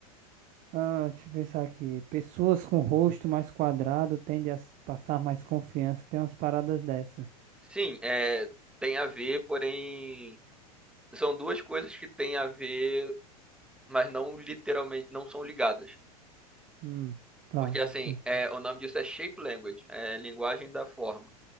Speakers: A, on the right; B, in the centre.
A: Ah, deixa eu pensar aqui. Pessoas com rosto mais quadrado tendem a s- passar mais confiança. Tem umas paradas dessa.
B: Sim, é, tem a ver, porém, são duas coisas que têm a ver, mas não literalmente, não são ligadas.
A: Hum, tá.
B: Porque assim,
A: tá.
B: é, o nome disso é shape language, é linguagem da forma.